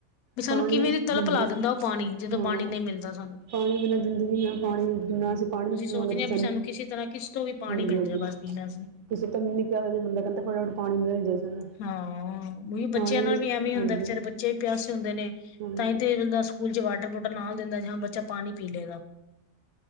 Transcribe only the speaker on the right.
ਪਾਣੀ
ਹਾਂਜੀ
ਹਾਂ
ਪਾਣੀ ਬਿਨਾਂ ਜ਼ਿੰਦਗੀ ਨਾ ਪਾਣੀ
ਜਿੰਨਾ ਅਸੀਂ ਪਾਣੀ
ਪੀਵਾਂਗੇ
ਤਾਂ
ਹਾਂਜੀ
ਹਾਂਜੀ
ਕਿਸੇ ਤਾਂ ਮਿਨੀ ਪਿਆ ਹੋ ਇਹੋ ਜਾ ਬੰਦਾ ਕਹਿੰਦਾ ਫਟਾਫਟ ਪਾਣੀ ਮਿਲ ਜਾਏ ਸਾਨੁ,
ਪਾਣੀ
ਹਾਂਜੀ।
ਹਾਂਜੀ